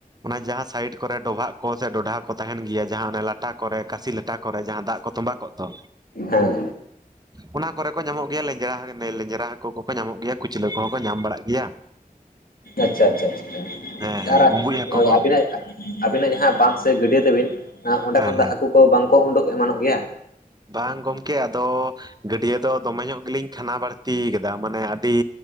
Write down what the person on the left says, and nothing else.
ᱦᱮᱸ
ᱟᱪᱪᱷᱟ ᱟᱪᱪᱷᱟ ᱟᱪᱪᱷᱟ
ᱟᱨᱟᱜ
ᱟᱵᱤᱱᱟᱜ ᱟᱵᱤᱱᱟᱜ ᱡᱟᱦᱟᱸ ᱵᱟᱸᱫᱷ ᱥᱮ ᱜᱟᱹᱰᱭᱟᱹ ᱛᱟᱹᱵᱤᱱ ᱚᱸᱰᱮ
ᱠᱷᱚᱱ ᱫᱚ
ᱦᱟᱹᱠᱩ ᱠᱚ ᱵᱟᱝᱠᱚ ᱩᱰᱩᱠ ᱮᱢᱟᱱᱚᱜ ᱜᱮᱭᱟ